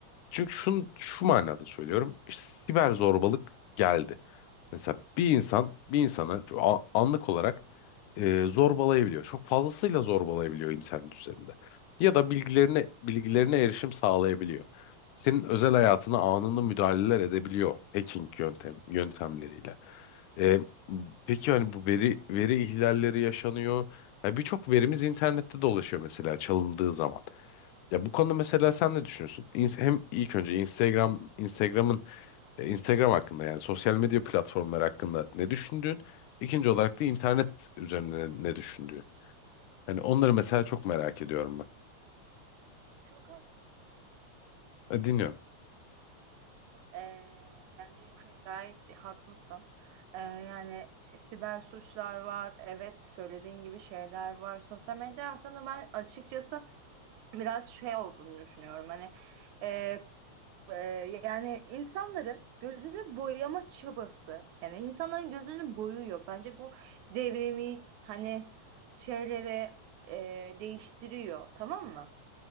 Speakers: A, on the left (about 85°); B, on the right (about 80°).
A: Çünkü şun, şu manada söylüyorum. işte siber zorbalık geldi. Mesela bir insan bir insana a- anlık olarak e, zorbalayabiliyor. Çok fazlasıyla zorbalayabiliyor internet üzerinde. Ya da bilgilerine bilgilerine erişim sağlayabiliyor. Senin özel hayatına anında müdahaleler edebiliyor hacking yöntem yöntemleriyle. E, peki hani bu veri veri ihlalleri yaşanıyor. Ya birçok verimiz internette dolaşıyor mesela çalındığı zaman. Ya bu konuda mesela sen ne düşünüyorsun? İns- Hem ilk önce Instagram, Instagram'ın e, Instagram hakkında yani sosyal medya platformları hakkında ne düşündüğün? İkinci olarak da internet üzerinde ne, ne düşündüğün? Hani onları mesela çok merak ediyorum ben.
B: Çok haklısın.
A: E, dinliyorum.
B: Ee, bence hani gayet haklısın. Ee, yani e, siber suçlar var. Evet söylediğin gibi şeyler var. Sosyal medya hakkında ben açıkçası biraz şey olduğunu düşünüyorum. Hani e, e, yani insanların gözünü boyama çabası. Yani insanların gözünü boyuyor. Bence bu devrimi hani şeylere e, değiştiriyor. Tamam mı?